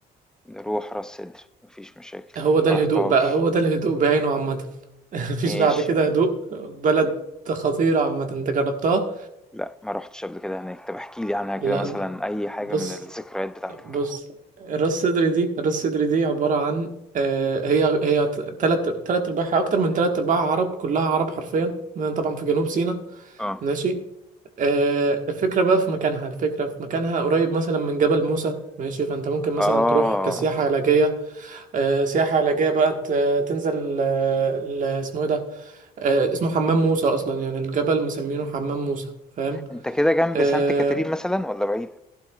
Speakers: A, in the centre; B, on the right (about 50°).
A: نروح راس سدر مفيش مشاكل
B: هو ده
A: ما
B: الهدوء
A: رحتهاش
B: بقى هو ده الهدوء بعينه عامة <laughs> مفيش
A: ماشي
B: بعد كده هدوء بلد خطيرة عامة انت جربتها
A: لا ما رحتش قبل كده هناك طب احكي لي عنها كده
B: لا
A: مثلا أي حاجة
B: بص
A: من الذكريات بتاعتك
B: بص راس صدري دي راس صدري دي عبارة عن آه، هي هي تلات تلات أرباعها أكتر من تلات أرباعها عرب كلها عرب حرفيا لأن طبعا في جنوب سيناء
A: آه.
B: ماشي آه، الفكرة بقى في مكانها الفكرة في مكانها قريب مثلا من جبل موسى ماشي فأنت ممكن مثلا
A: آه،
B: تروح كسياحة علاجية آه، سياحة علاجية بقى ت- تنزل آه، ل- اسمه ايه ده آه، اسمه حمام موسى اصلا يعني الجبل مسمينه حمام موسى فاهم
A: أنت كده جنب
B: آه
A: سانت كاترين مثلًا والّا بعيد؟